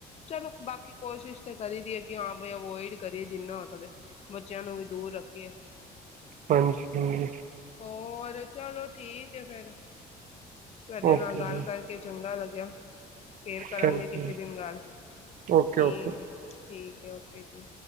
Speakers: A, on the left; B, on the right.
A: ਚਲੋ ਬਾਕੀ ਕੋਸ਼ਿਸ਼ ਤੇ ਕਰੀ ਦੀਏ ਕਿ ਹਾਂ ਬਈ ਅਵੋਇਡ ਕਰੀਏ ਜਿੰਨਾ ਹੋ ਸਕੇ ਬੱਚਿਆਂ ਨੂੰ ਵੀ ਦੂਰ ਰੱਖੀਏ।
B: ਹਾਂਜੀ ਹਾਂਜੀ
A: ਹੋਰ ਚਲੋ ਠੀਕ ਏ ਫੇਰ ਤੁਹਾਡੇ
B: ਓਕੇ
A: ਨਾਲ ਗੱਲ
B: ਜੀ
A: ਕਰਕੇ ਚੰਗਾ ਲੱਗ ਯਾ। ਫੇਰ ਕਰਾਂਗੇ
B: ਥੈਂਕ
A: ਕਿਸੀ
B: ਯੂ
A: ਦਿਨ ਗੱਲ
B: ਓਕੇ
A: ਠੀਕ
B: ਓਕੇ
A: ਏ। ਠੀਕ ਹੈ ਓਕੇ ਜੀ।